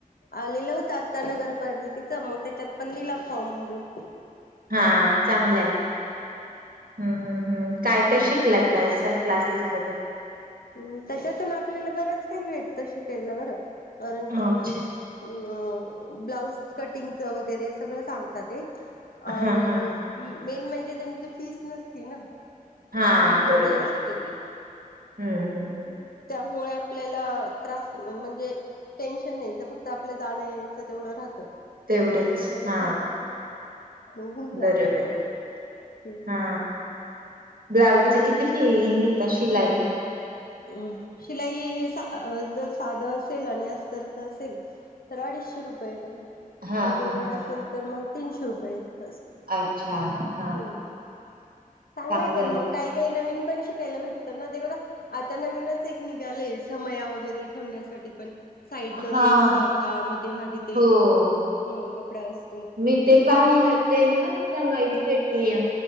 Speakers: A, on the left; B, on the right.
A: आलेलं होत आता नगरपली तिच मग त्याच्यात पण दिला फॉर्म भरून
B: हा चांगलं हम्म म काय काय शिक शलाता क्लासेस मधून
A: ह त्याच्यातून आपल्याला बरंच काही भेटत शिकायला बरं कारण की
B: अच्छा
A: अ ब्लाउज कटिंगचं वगैरे सगळं सांगतात ते आणि
B: हा हा
A: मेन म्हणजे त्यांची फीस नसती ना
B: हां,
A: फ्री
B: बरोबर.
A: म असत ते
B: हं, हं, हं.
A: त्यामुळे- आपल्याला त्रास म्हणजे टेन्शन नाही ज फक्त आपल्या जाणं यायचं तेवढं राहतं.
B: तेवढंच
A: मग तेवढं तरी
B: हा
A: ठीक मग होऊन जातं
B: बरोबर
A: आपलं शिवच
B: हा ब्लाउजचे
A: आणि मी
B: किती फी घता शिलाई-
A: अम शिलाई सा र साधं असेल आणि अस्तरच असेल तर अडीचशे रुपये.
B: हां,
A: कटोरी
B: हां, हां.
A: असेल तर मग- तीनशे रुपये. अस
B: अच्छा. हां,
A: हम्म चांगलंय
B: चांगलं
A: पण
B: आहे.
A: मग काही काही नवीन- पण शिकायला भेटत ना ते बघा- आता नवीनच एक निघाले समया वगैरे ठेवण्यासाठी पण - साईड न
B: हां,
A: लेस लावता मध्ये भाग ते
B: हो.
A: हम्म- पडास-
B: मी ते पाहिलं ते ना समईसेठ-